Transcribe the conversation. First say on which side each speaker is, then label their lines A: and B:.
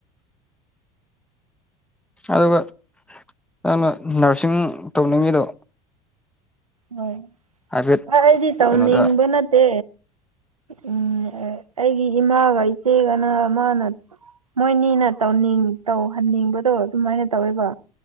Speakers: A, in the centre; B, on the right.
A: ꯑꯗꯨꯒ ꯅꯩꯅ ꯅꯔꯁꯤꯡ ꯇꯧꯅꯤꯡꯉꯤꯗꯣ
B: ꯍꯣꯏ
A: ꯍꯥꯏꯐꯦꯠ
B: ꯑꯩꯗꯤ ꯇꯧꯅꯤꯡꯕ
A: ꯀꯩꯅꯣꯗ
B: ꯅꯠꯇꯦ ꯎꯝ ꯑꯩꯒꯤ ꯏꯃꯥꯒ ꯏꯆꯦꯒꯅ ꯃꯥꯅ ꯃꯣꯏꯅꯤꯅ ꯇꯧꯅꯤꯡ ꯇꯧꯍꯟꯅꯤꯡꯕꯗꯣ ꯑꯗꯨꯃꯥꯏꯅ ꯇꯧꯕ